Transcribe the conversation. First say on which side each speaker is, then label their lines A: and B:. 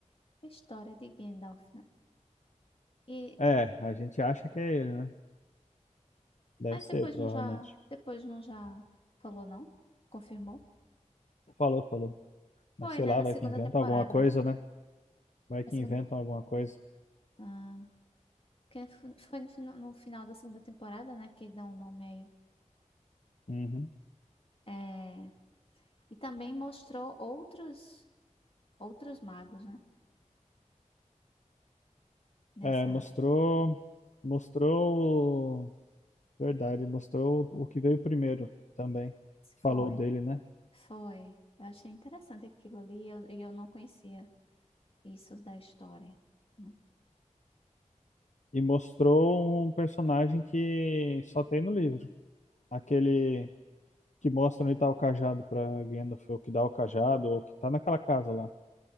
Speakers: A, on the left; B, on the left.
A: história de Gandalf, né? E,
B: É, a gente acha que é ele, né? Deve
A: mas
B: ser,
A: depois
B: provavelmente.
A: não já, depois não já falou, não? Confirmou?
B: Falou, falou.
A: Foi,
B: Mas sei
A: né?
B: lá,
A: Na
B: vai
A: segunda
B: que inventam
A: temporada,
B: alguma coisa,
A: não foi?
B: né? Vai que
A: Na segunda,
B: inventam alguma coisa.
A: ah, que f- foi no, fina- no final da segunda temporada, né? Que dá um nome a ele.
B: Uhum.
A: É, e também mostrou outros, outros magos, né? Nessa,
B: É, mostrou. Mostrou. Verdade, mostrou o que veio primeiro também. Falou
A: foi,
B: dele, né?
A: foi. Eu achei interessante aquilo ali e eu, e eu não conhecia. isso da história, né?
B: e mostrou um personagem que só tem no livro. Aquele que mostra onde tá o cajado pra Gandalf, ou que dá o cajado, ou que tá naquela casa lá.